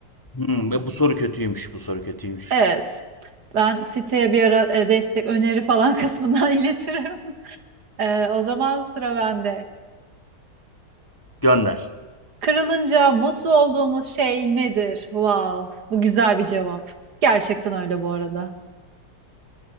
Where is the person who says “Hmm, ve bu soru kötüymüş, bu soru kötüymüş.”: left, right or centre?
Left